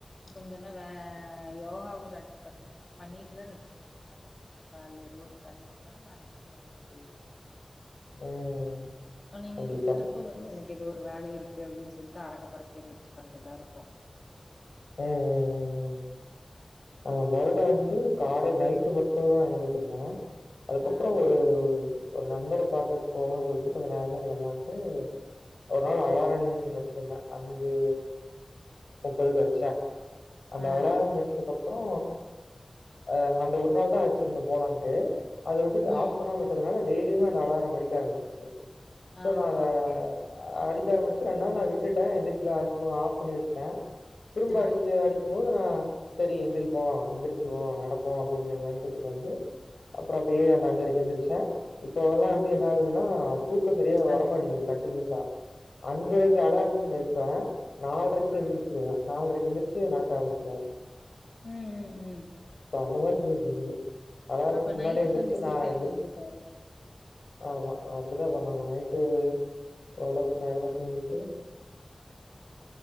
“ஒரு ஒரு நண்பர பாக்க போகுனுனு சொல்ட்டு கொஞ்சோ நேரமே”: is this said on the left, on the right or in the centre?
Left